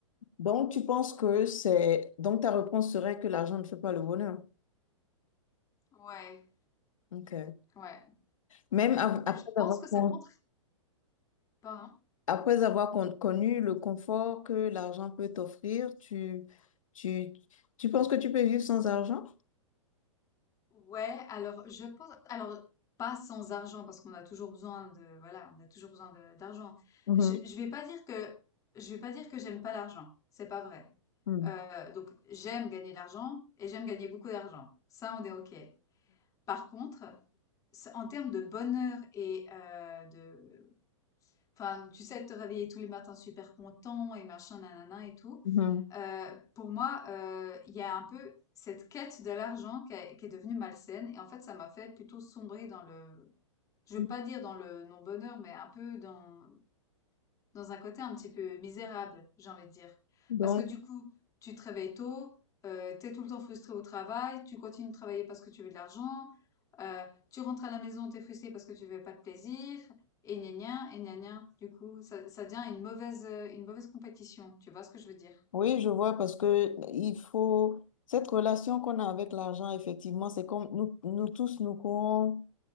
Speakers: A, on the left (about 85°); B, on the left (about 20°).
A: Donc tu penses que c'est... Donc ta réponse serait que l'argent ne fait pas le bonheur.
B: Ouais.
A: Ok.
B: Ouais.
A: Même av-
B: Mais
A: après
B: je pense
A: avoir,
B: que ça
A: con-
B: contribue pas, hein.
A: après avoir con- connu le confort que l'argent peut t'offrir, tu, tu, tu penses que tu peux vivre sans argent?
B: Ouais. Alors, je pense, alors, pas sans argent, parce qu'on a toujours besoin de, voilà, on a toujours besoin de- d'argent.
A: Mhm,
B: Je, je vais pas dire que, je vais pas dire que j'aime pas l'argent. C'est pas vrai.
A: mhm,
B: Euh, donc, j'aime gagner de l'argent et j'aime gagner beaucoup d'argent. Ça, on est OK. Par contre, ça- en termes de bonheur et euh, de, Enfin, tu sais, te réveiller tous les matins super content et machin, nanana et tout.
A: mhm,
B: Euh, pour moi, euh, il y a un peu cette quête de l'argent qui, a- qui est devenue malsaine. Et en fait, ça m'a fait plutôt sombrer dans le, je
A: mhm.
B: veux pas dire dans le non-bonheur, mais un peu dans, dans un côté un petit peu misérable, j'ai envie de dire.
A: Donc,
B: Parce que du coup, tu te réveilles tôt, euh, t'es tout le temps frustré au travail, tu continues de travailler parce que tu veux de l'argent, euh, tu rentres à la maison, t'es frustré parce que tu veux pas de plaisir, et gna gna, et gna gna. Du coup, ça, ça devient une mauvaise, euh, une mauvaise compétition. Tu vois ce que je veux dire?
A: Oui, je vois parce que il faut cette relation qu'on a avec l'argent, effectivement, c'est comme nous, nous tous, nous courons.